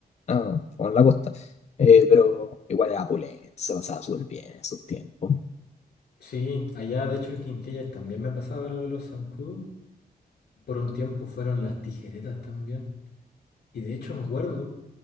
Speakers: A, on the left (about 40°); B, on the left (about 85°).
A: ah, como en la costa. Eh, pero igual era opulento, se pasaba súper bien en esos tiempos.
B: Sí, allá de hecho en Quinquellas también me pasaba lo de los zancudos. Por un tiempo fueron las tijeretas también. Y de hecho me acuerdo,